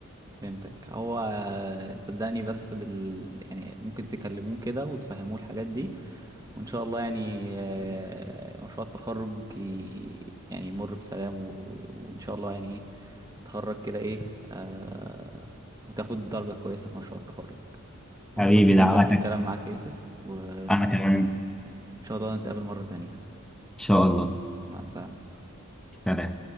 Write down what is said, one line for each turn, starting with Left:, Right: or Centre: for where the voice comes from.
Right: فهمتك هو صدقني بس بال يعني ممكن تكلموه كده وتفهموه الحاجات دي وإن شاء الله يعني آه، مشروع التخرج ي- يعني يمر بسلام و... وإن شاء الله يعني إيه تتخرج كده إيه آه، وتاخد درجة كويسة في مشروع التخرج
Centre: حبيبي
Right: انبسطت جدا
Centre: دعواتك
Right: بالكلام معاك يا يوسف وإن
Centre: أنا كمان إن
Right: شاء الله نتقابل مرة تانية
Centre: شاء الله
Right: مع السلامة
Centre: سلام